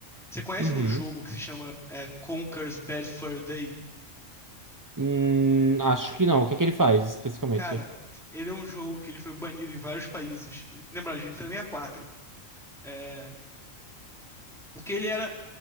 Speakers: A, in the centre; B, on the right.
A: Você conhece
B: Uhum.
A: um jogo que se chama é, Conker's Bad Fur Day?
B: Hum, acho que não. O que é que ele faz especificamente?
A: Cara, ele é um jogo que ele foi banido em vários países. Lembra, de Nintendo 64. É, porque ele era.